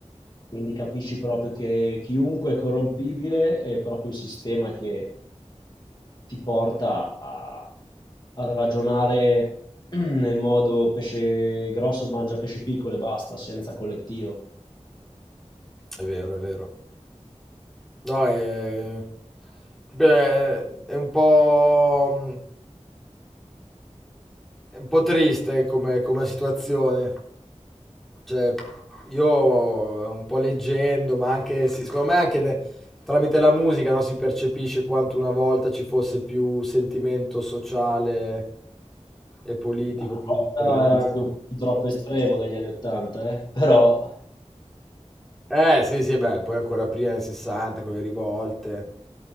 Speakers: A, on the left; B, in the centre.
A: Quindi capisci proprio che chiunque è corrompibile è proprio il sistema che ti porta a, a ragionare <clears throat> nel modo pesce grosso mangia pesce piccolo e basta, senza collettivo.
B: è vero, è vero. No, è, beh, è è un po'... mm, È un po' triste come, come situazione. Cioè, io eh, un po' leggendo, ma anche, sì, secondo me anche ne- tramite la musica, no, si percepisce quanto una volta ci fosse più sentimento sociale e politico,
A: Ma Una
B: più
A: volta
B: interesse.
A: era anche un po' troppo estremo negli anni Ottanta, eh? Però
B: Eh, sì, sì, beh, poi ancora prima nel 60 con le rivolte.